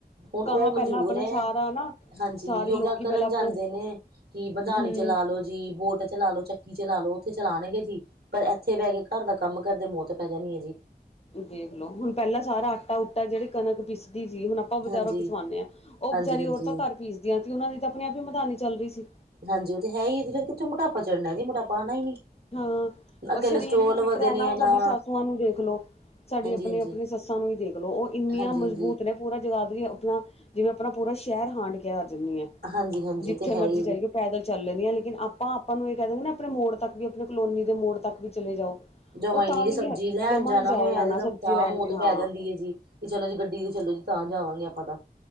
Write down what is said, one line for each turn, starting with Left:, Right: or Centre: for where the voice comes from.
Right: ਹੁਣ
Left: ਕਹਾਂ
Right: ਉਹ ਮਨਜੂਰ
Left: ਪਹਿਲਾਂ ਆਪਣਾ
Right: ਹੈ
Left: ਸਾਰਾ ਨਾ
Right: ਹਾਂਜੀ
Left: ਸਾਰੇ
Right: ਯੋਗਾ
Left: ਲੋਕੀ
Right: ਕਰਨ
Left: ਪਹਿਲਾਂ ਆਪਣਾ
Right: ਜਾਂਦੇ ਕਿ ਬੰਧਾਨੀ
Left: ਹੂੰ
Right: ਚਲਾ ਲੋ ਜੀ, ਬੋਟ ਚਲਾ ਲੋ ਚੱਕੀ ਚਲਾ ਲੋ ਓਤੇ ਚਲਾਉਣਗੇ ਜੀ। ਪਰ ਇੱਥੇ ਬਹਿ ਕੇ ਘਰ ਦਾ ਕੰਮ ਕਰਦੇ ਮੌਤ ਪੈ ਜਾਣੀ ਐ ਜੀ।
Left: ਦੇਖਲੋ ਹੁਣ ਪਹਿਲਾਂ ਸਾਰਾ ਆਟਾ-ਉਟਾ ਜਿਹੜੀ ਕਣਕ ਪਿਸਦੀ ਸੀ, ਹੁਣ ਆਪਾਂ ਬਜਾਰੋਂ
Right: ਹਾਂਜੀ
Left: ਪਿਛਵਾਉਂਨੇ ਆ। ਉਹ
Right: ਹਾਂਜੀ
Left: ਬਚਾਰੀ
Right: ਹਾਂਜੀ
Left: ਔਰਤਾਂ ਘਰ ਪੀਸਦੀਆ ਤੇ ਉਹਨਾ ਦੀ ਤਾਂ ਆਪਣੇ ਆਪ ਹੀ ਮਧਾਨੀ ਚੱਲ ਰਹੀ ਸੀ।
Right: ਹਾਂਜੀ, ਉਹ ਤਾਂ ਹੈ ਹੀ ਈ, ਫੇਰ ਕਿਥੋਂ ਮੋਟਾਪਾ ਚੜ੍ਹਨਾ ਸੀ। ਮੋਟਾਪਾ ਆਣਾ ਈ ਨੀ।
Left: ਹਾਂ
Right: ਨਾ ਕੋਲਸਟ੍ਰੋਲ
Left: ਸਰੀਰ ਵੀ ਫਿੱਟ
Right: ਵਧੇ
Left: ਰਹਿਣਾ।
Right: ਨੇ
Left: ਹੁਣ,
Right: ਨਾ
Left: ਸਾਡੀ ਸਾਸੂ ਮਾਂ ਨੂੰ ਦੇਖਲੋ। ਸਾਡੀ
Right: ਹਾਂਜੀ
Left: ਆਪਣੀ,
Right: ਹਾਂਜੀ
Left: ਆਪਣੇ ਸੱਸਾਂ ਨੂੰ ਈ ਦੇਖਲੋ ਉਹ ਇੰਨੀਆਂ
Right: ਹਾਂਜੀ
Left: ਮਜ਼ਬੂਤ
Right: ਹਾਂਜੀ
Left: ਨੇ। ਪੂਰਾ ਜਗਾ ਦਏ ਆਪਣਾ ਜਿਵੇਂ, ਆਪਣਾ ਪੂਰਾ ਸ਼ਹਿਰ ਹਾਂਡ ਕੇ ਆ ਜਾਂਦੀ ਹ
Right: ਹਾਂਜੀ ਹਾਂਜੀ
Left: ਜਿੱਥੇ
Right: ਉਹ ਤੇ ਹੈ
Left: ਮਰਜ਼ੀ
Right: ਹੀ ਹੈ
Left: ਜਾਈਗੀ
Right: ਜੀ।
Left: ਪੈਦਲ ਚੱਲ ਲੈਂਨੀ ਆ ਲੇਕਿਨ ਆਪਾਂ, ਆਪਾਂ ਨੂੰ ਇਹ ਕਹਿ ਦੇਨ ਆਪਣੇ ਮੋੜ ਤੱਕ ਵੀ ਆਪਣੇ ਕਲੋਨੀ ਦੇ ਮੋੜ ਤੱਕ ਵੀ ਚਲੇ ਜਾਓ
Right: ਜਮਾ
Left: ਉਹ ਤਾਂ
Right: ਈ ਨੀ ਜੀ
Left: ਵੀ
Right: ਸਬਜ਼ੀ ਲੈਨ
Left: ਜਮਾ
Right: ਜਾਨਾ
Left: ਨੀ ਜਾਇਆ
Right: ਹੋਏ
Left: ਜਾਣਾ
Right: ਤੇ
Left: ਸਬਜ਼ੀ
Right: ਤਾਂ
Left: ਲੈਣ
Right: ਮੌਤ
Left: ਵੀ ਹਾਂ।
Right: ਪੈ ਜਾਂਦੀ ਐ ਜੀ। ਤੇ ਚਲੋ ਜੀ ਗੱਡੀ ਤੇ ਚਲੋ ਜੀ ਤਾਂ ਜਾਵਾਂਗੇ ਆਪਾਂ ਤਾਂ